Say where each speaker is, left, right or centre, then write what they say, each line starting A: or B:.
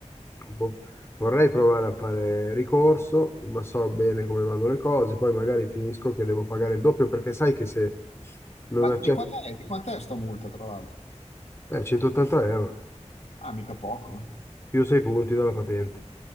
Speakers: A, on the left (about 20°); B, on the left (about 70°).
A: un po'- vorrei provare a fare ricorso, ma so bene come vanno le cose, poi magari finisco che devo pagare il doppio perché sai che se non
B: Ma di
A: accetto,
B: quant'è, di quant'è sta multa, tra l'altro?
A: eh, 180 euro,
B: Ah, mica poco, eh.
A: più 6 punti dalla patente.